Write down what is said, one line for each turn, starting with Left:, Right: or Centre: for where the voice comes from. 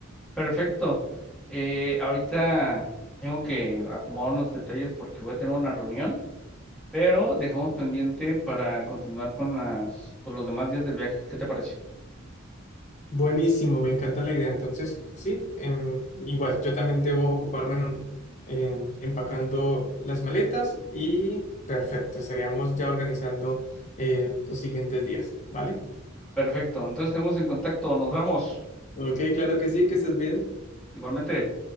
Centre: Perfecto. Eh, ahorita tengo que acomodar unos detalles porque voy a tener una reunión, pero dejamos pendiente para continuar con las, pues, los demás días del viaje. ¿Qué te parece?
Left: Buenísimo, me encanta la idea. Entonces, sí, em, igual, yo también debo ocuparme en, en empacando las maletas y perfecto, estaríamos ya organizando eh, los siguientes días, ¿vale?
Centre: Perfecto. Entonces quedamos en contacto. Nos vemos.
Left: Ok, claro que sí, que estés bien.
Centre: Igualmente.